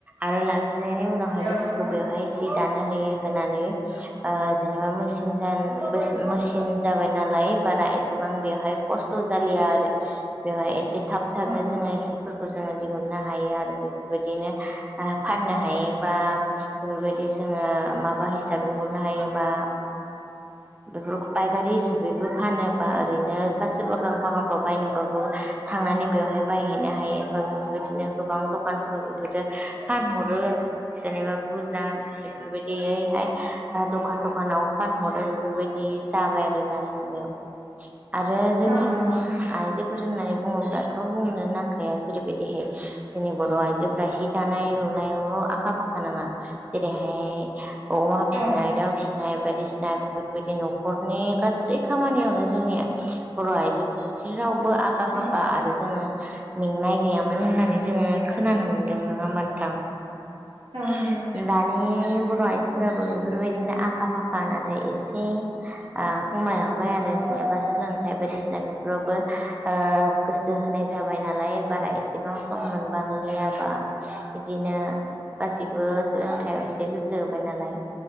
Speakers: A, on the right; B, on the right.
A: आरो लाखिनायनि उनावहाय
B: औ
A: बिसोरखौ
B: नंगौ
A: बेवहाय सि दानो होयो होंनानै ओ जेनेबा मेसिन मेसिन जाबाय नालाय बारा एसेबां बेवहाय खस्थ' जालिया आरो बेवहाय एसे थाब थाबनो
B: औ
A: जोङो हिफोरखौ जोंङो दिहुननो हायो आरो बेफोरबायदिनो फाननो हायो बा बेफोरबायदि जोङो माबा हिसाबै हरनो हायोबा बे फायखारि हिसाबैबो फानो बा ओरैनो बा सोरबा गांफा गांफा बायनोबाबो थांनानै बेवहाय बायहैनो हायो बे बिदिनो गोबां दखानफोराव बेफोरो फानहरो जेनेबा बुरजा बेफोरबायदि यैहाय दखान दखानाव फानहरो बेफोरबायदि जाबाय आरो दानि मुगायाव आरो जोंनि
B: औ नंगौ
A: आइजोफोर होननानै बुङो दाथ' बुंनो नांखाया जेरैबायदिहाय जोंनि बर' आइजोफोरा हि दानाय लुनायावल' आ खा फाखा नाङा जेरैहाय अमा फिसिनाय
B: औ
A: दाउ फिसिनाय बायदिसिना बेफोरबायदि न'खरनि गासै खामानियावनो जोंनि बर' आइजोफोरखौ जेरावबो आखा
B: औ
A: फाखा
B: नंगौ
A: आरो जोङो मेंनाय गैयामोन होननानै जोङो खोनानो मोनदों नङा होमबा नोंथां
B: औ नंगौ नोंथां
A: दानि बर' आइजोफोराबो बेफोरबायदिनो आखा फाखा नाथाय एसे ओ खमायलांबाय आरो बाय बा सोलोंथाइ बायदिसिना बेफोरावबो ओ गोसो होनाय जाबाय नालाय बारा एसे बां सम मोनबांलिया बा बिदिनो गासिबो सोलोंथाइयाव एसे गोसो थोबाय नालाय